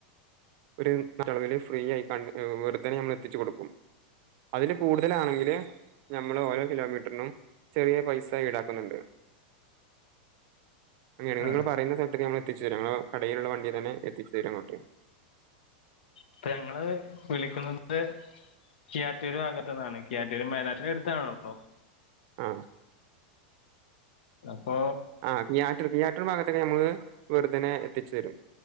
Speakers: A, on the right (about 45°); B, on the left (about 85°).
A: ഒരു ചുറ്റളവില് ഫ്രീ ആയി തന്നെ വെറുതേനെ നമ്മൾ എത്തിച്ചു കൊടുക്കും അതില് കൂട്തലാണെങ്കില് നമ്മള് ഓരോ കിലോമീറ്റർനും ചെറിയ പൈസ ഈടാക്കുന്നുണ്ട് അങ്ങനേണെ
B: ആഹ്
A: ഇങ്ങള് പറയ്ന്ന സ്ഥലത്ത്ക്ക് ഞങ്ങള് എത്തിച്ചെരും കടയില്ള്ള വണ്ടീ തന്നെ എത്തിച്ച് തരും അങ്ങോട്ട്
B: ഇപ്പ ഞങ്ങള് വിളിക്കുന്നത് കിയാറ്റൂര് ഭാഗത്ത്ന്നാണ് കിയാറ്റൂര് മേലാറ്റിന്റെ അടുത്താണല്ലോ
A: ആഹ്
B: അപ്പൊ
A: ആഹ് തിയാറ്റർ തിയാറ്ററ് ഭാഗത്തൊക്കെ ഞമ്മള് വെറ്തനെ എത്തിച്ചരും